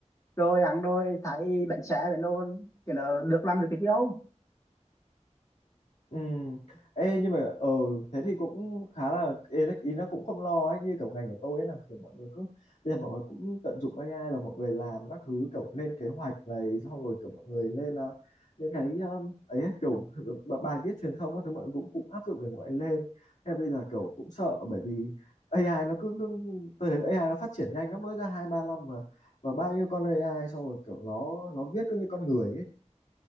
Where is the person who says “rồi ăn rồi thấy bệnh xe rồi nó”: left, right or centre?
Left